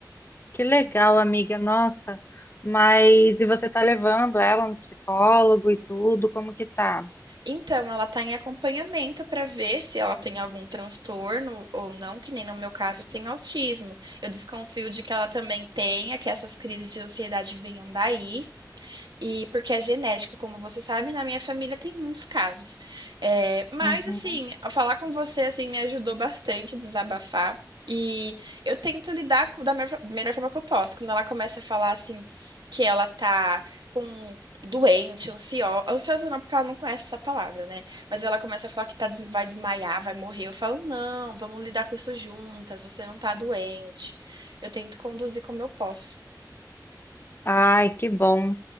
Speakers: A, on the left; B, on the right.
A: Que legal, amiga, nossa. Mas e você tá levando ela no psicólogo e tudo? Como que tá?
B: Então, ela está em acompanhamento para ver se ela tem algum transtorno ou não, que nem no meu caso tem autismo. Eu desconfio de que ela também tenha, que essas crises de ansiedade venham daí. E porque é genético, como você sabe, na minha família tem muitos casos. É, mas,
A: Uhum.
B: assim, ao falar com você, assim, me ajudou bastante a desabafar. E eu tento lidar com- da melhor, fo- melhor forma que eu posso. Quando ela começa a falar, assim, que ela tá com um doente, ansiosa. Ansiosa não, porque ela não conhece essa palavra, né? Mas ela começa a falar que tá, des- vai desmaiar, vai morrer. Eu falo, não, vamos lidar com isso juntas. Você não tá doente. Eu tento conduzir como eu posso.
A: Ai, que bom.